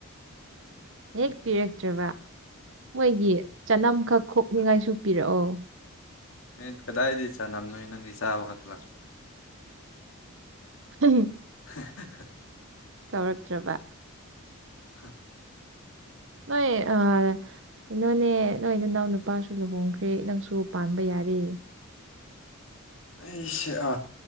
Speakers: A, on the right; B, on the left.
A: ꯍꯦꯛ ꯄꯤꯔꯛꯇ꯭ꯔꯕ ꯃꯣꯏꯒꯤ ꯆꯅꯝꯈꯛ ꯈꯣꯛꯅꯤꯡꯉꯥꯏꯁꯨ ꯄꯤꯔꯛꯑꯣ
B: ꯑꯦ ꯀꯗꯥꯏꯗꯩ ꯆꯅꯝꯅꯣ ꯅꯪꯗꯤ ꯆꯥꯕꯈꯠꯇ ꯂꯥꯛ
A: <unintelligible>
B: <unintelligible>
A: ꯀꯧꯔꯛꯇ꯭ꯔꯕ
B: ꯍꯥ
A: ꯅꯣꯏ ꯑ ꯀꯩꯅꯣꯅꯦ ꯅꯣꯏ ꯅꯅꯥꯎ ꯅꯨꯄꯥꯁꯨ ꯂꯨꯍꯣꯡꯈ꯭ꯔꯦ ꯅꯪꯁꯨ ꯄꯥꯟꯕ ꯌꯥꯔꯦ
B: ꯑꯩꯁꯦ ꯑ